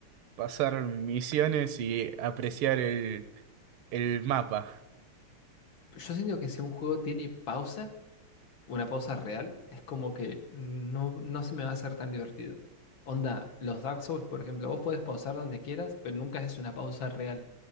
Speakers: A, on the right (about 75°); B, on the left (about 65°).
A: pasar misiones y apreciar el, el mapa.
B: Yo siento que si un juego tiene pausa, una pausa real, es como que no, no se me va a hacer tan divertido. Onda, los Dark Souls, por ejemplo, vos podés pausar donde quieras, pero nunca es una pausa real.